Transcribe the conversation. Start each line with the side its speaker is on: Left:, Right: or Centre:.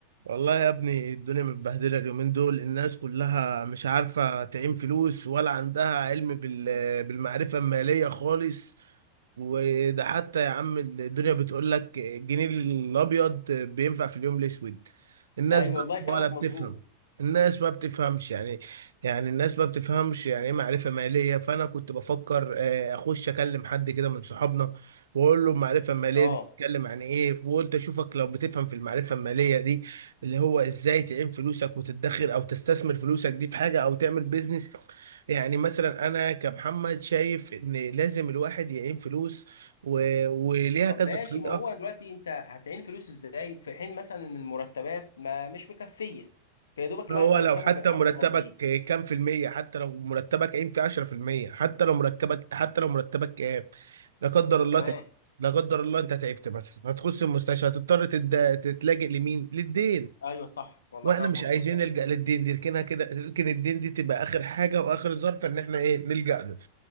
Right: والله يا ابني الدنيا متبهدلة اليومين دول الناس كلها مش عارفة تعين فلوس ولا عندها علم بال- بالمعرفة المالية خالص وده حتى يا عم الدنيا بتقول لك الجنيه الأبيض بينفع في اليوم الأسود الناس
Left: ايوه
Right: بقى
Left: والله كلامك
Right: ولا بتفهم
Left: مظبوط
Right: الناس ما بتفهمش يعني يعني الناس ما بتفهمش يعني ايه معرفة مالية فأنا كنت بفكر آه، أخش أكلم حد كده من صحابنا وأقول له المعرفة المالية
Left: اه
Right: دي بتتكلم عن إيه وقلت أشوفك لو بتفهم في المعرفة المالية دي اللي هو ازاي تعين فلوسك وتدخر او تستثمر فلوسك دي في حاجه او تعمل بيزنس يعني مثلا انا كمحمد شايف ان لازم الواحد يعين فلوس و... وليها
Left: طب
Right: كذا
Left: ماشي
Right: طريقه
Left: ما هو دلوقتي انت هتعين فلوس ازاي في حين مثلا ان المرتبات ما مش مكفيه فيا دوبك
Right: هو
Left: الواحد مرتبه
Right: لو حتى
Left: بالعافيه
Right: مرتبك
Left: مقضيه
Right: كام في المية حتى لو مرتبك قيمة فيه 10% حتى لو مرتبك حتى لو مرتبك كام لا قدر الله
Left: تمام
Right: تعبت لا قدر الله انت تعبت مثلا هتخش المستشفى هتضطر تد... تتلاجئ لمين؟ للدين
Left: ايوه صح والله
Right: واحنا
Left: كلامك
Right: مش
Left: مظبوط
Right: عايزين
Left: يا أخي.
Right: نلجأ للدين دي لكنها كده لكن الدين دي تبقى اخر حاجه واخر ظرف ان احنا ايه نلجأ له